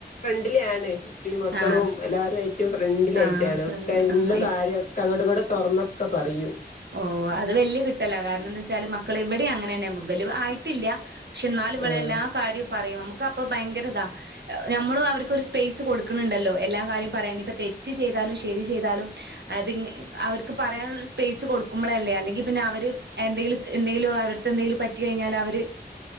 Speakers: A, on the left (about 50°); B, on the right (about 80°).
A: തിലെ ആണ് അപ്പ ഈ മക്കളും
B: ആഹ്
A: എല്ലാവരും ആയിട്ടും ഫ്രണ്ടിലായിട്ടാണ്
B: ആഹ് ഫ്രണ്ട്
A: ഒക്കെ എല്ലാ
B: ആഹ്
A: കാര്യമൊക്ക അങ്ങോട്ടും ഇങ്ങോട്ടും തുറന്നൊക്കെ പറയും
B: ഓ അത് വല്യ കിട്ടലാ കാരണമെന്ന് വെച്ചാല് മക്കളെ ഇവിടെ അങ്ങ ങ്ങനെയും പോവും വലുത് ആയിട്ടില്ല ക്ഷെ ഇന്നാല് ഇവരെല്ലാ
A: ആഹ്
B: കാര്യവ പറയും നമുക്ക് അപ്പ ഭയങ്കരതാ നമ്മളും അവർക്കൊരു സ്പേസ് കൊടുക്കണണ്ടല്ലോ എല്ല കാര്യം പറയ ഇനി ഇപ്പ തെറ്റ് ചെയ് താലും ശരി ചെയ്താലും അത് ങ്ങ അവർക്ക് പറയാൻള്ള ഒരു സ്പേസ് ത് കൊടുക്കുമ്പളല്ലേ അല്ലെങ്കി പിന്നെ അവര് എന്തെിലും എന്തെങ്കിലും അവരടുത്തെ എന്തെങ്കിലും പറ്റി കഴിഞ്ഞാല് അവര്